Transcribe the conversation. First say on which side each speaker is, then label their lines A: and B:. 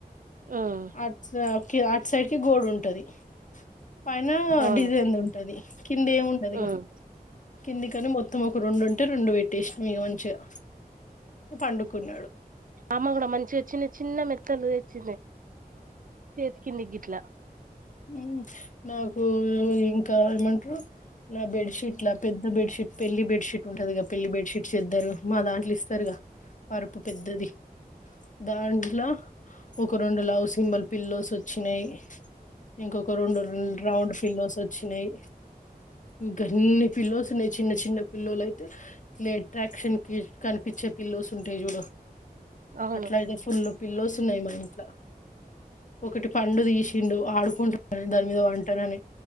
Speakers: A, on the right (about 60°); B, on the left (about 55°).
A: ఉమ్
B: అచ్చా కి ఆట్ అట్ సైడ్ కి గోడ్ ఉంటది పైన
A: అవును
B: డిజైంది ఉంటది కింద ఏమున్నాదిగా
A: ఉమ్
B: కిందికని మొత్తమొ అప్ ఒక రెండు ఉంటే రెండు పెట్టేసినా ఇగ మంచిగా పండుకున్నాడు
A: అమ్మ కూడా మంచిగా చిన్న మెత్తలు తెచ్చింది చేతికిందికి గిట్లా
B: మ్ నాకు ఇంకా ఎమన్నా ట్రూ నా బెడ్షీట్లా పెద్ద బెడ్ షీట్ పెళ్లి బెడ్షీట్ ఉంటుందిగా పెళ్లి బెడ్షట్ చేద్దరు మాలాంటి పలిస్తారుగా పర్పు పెద్దది దాంట్లో ఒక రెండు లవ్స్ సింబల్ పిల్లోస్ వచ్చినాయి ఇంకొక రెండు రౌండ్ ఫిలోస్ వచ్చినాయి ఇంకా ఇన్ని పిల్లోస్ ఉన్నాయి చిన్న చిన్న పిల్లోలు అయితే ఇట్ల అట్రాక్షన్ కి కనిపించే పిల్లోస్ ఉంటాయి చూడు
A: అవును
B: అట్లా ఇతే ఫుల్లుక్ పిల్లోస్ ఉన్నాయి మా ఇంట్లో ఒకటి పండు తీసిండు ఆడు దాని మీద వంటనని